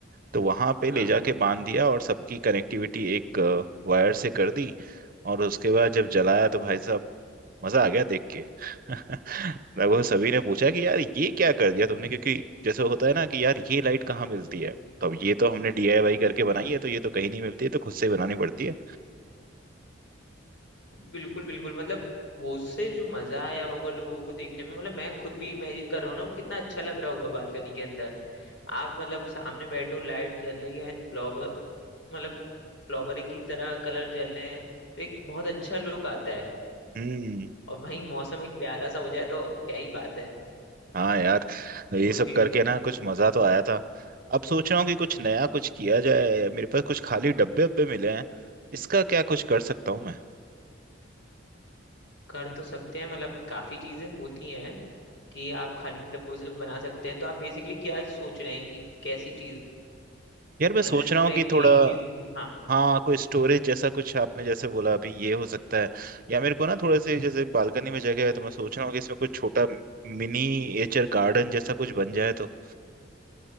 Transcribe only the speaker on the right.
तो वहां पे
ले जाके बांध दिया और सबकी कनेक्टिविटी एक वायर से कर दी और उसके बाद जब जलाया तो भाई साहब मजा आ गया देख के <laughs> लगभग सभी ने पूछा कि यार ये क्या कर दिया तुमने क्योंकि जैसे होता है ना कि यार ये लाइट कहाँ मिलती है तो अब ये तो हमने डीआईवाई करके बनाई है तो ये तो कहीं नहीं मिलती है तो खुद से बनानी पड़ती है
हम्म
हाँ यार तो ये
सब
करके
ना
कुछ मजा तो आया था अब सोच रहा हूँ कि कुछ नया कुछ किया जाए मेरे पास कुछ खाली डब्बे उब्बे मिले हैं इसका क्या कुछ कर सकता हूँ मैं
यार मैं
सोच
रहा हूँ
कि
थोड़ा
हाँ कोई स्टोरेज जैसा कुछ आपने जैसे बोला अभी ये हो सकता है या मेरे को ना थोड़े से जैसे बालकनी में जगह है तो मैं सोच रहा हूँ कि इसमें कुछ छोटा मिनीएचर गार्डन जैसा कुछ बन जाए तो